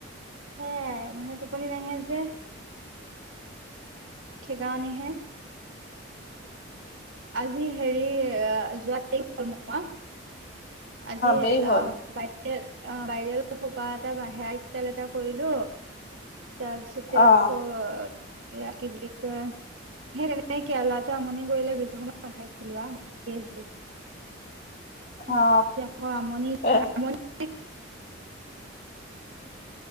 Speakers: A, on the right; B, on the left.
A: সেয়াই মানে টোপনি নাহে যে, খেকাৰনহে আজি হেৰি যোৱা <inaudible> হ'ল নোহোৱা আজি
B: দেৰি
A: অ,
B: হ'ল
A: অ, বাইৰেল এই সোপা এটা বা, হেয়াৰ ষ্টাইল এটা কৰিলো তাৰপাছতেই
B: অ
A: আকৌ এইয়া কি বুলি কয় সেইতেনেকেই আৰু লৰাতোৱে আমনি কৰিলে বেছি সময় নাথাকিলো আহ, শুচি আহিলো উ,
B: অ
A: কি আকৌ আমনি-আমনি
B: এ
A: <inaudible>